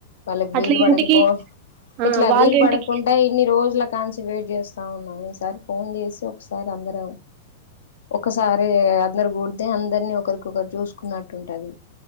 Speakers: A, on the left; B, on the right.
A: వాళ్ళకి వీలు
B: అట్లా
A: పడకపో
B: ఇంటికి ఆ
A: ఇట్లా
B: వాళ్ళ
A: వీలు
B: ఇంటికి
A: పడకుంటె ఇన్ని రోజుల నుంచి వెయిట్ చేస్తా ఉన్నాం ఈసారి ఫోన్ చేసి ఒకసారి అందరం ఒకసారి అందరు కూడితే అందరిని ఒకరికొకరు చూసుకున్నట్టు ఉంటది